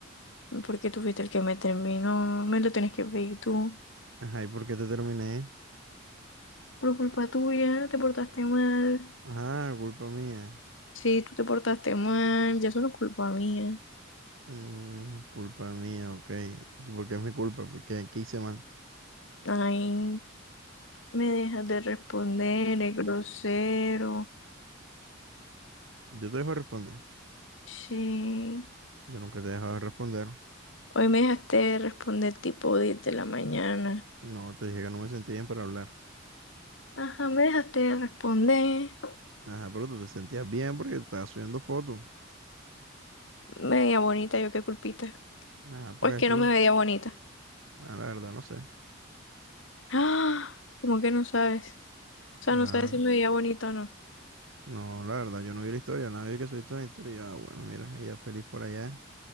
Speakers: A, on the left; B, on the right.
A: Porque tú fuiste el que me terminó, me lo tienes que pedir tú.
B: Ajá, ¿y por qué te terminé?
A: Por culpa tuya, te portaste mal.
B: Ajá, culpa mía.
A: Sí, tú te portaste mal, ya es una culpa mía.
B: Mm, culpa mía, ok. ¿Y por qué es mi culpa? Porque ¿Qué qué hice mal?
A: Ay, me dejas de responder, es grosero.
B: Yo te dejo de responder.
A: Sí.
B: Yo nunca te he dejado de responder.
A: Hoy me dejaste de responder tipo 10 de la mañana.
B: No, te dije que no me sentía bien para hablar.
A: Ajá, me dejaste de responder.
B: Ajá, pero tú te sentías bien porque estabas subiendo fotos.
A: Me veía bonita, yo qué culpita.
B: Ajá, por
A: O es
B: eso,
A: que no me veía bonita.
B: nada, la verdad, no sé.
A: Ah, ¿cómo que no sabes? O sea,
B: Nada,
A: no sabes si me veía bonita o no.
B: no, la verdad, yo no vi la historia, nadie que subiste una historia. y yo, Ah, bueno, mira, ella feliz por allá,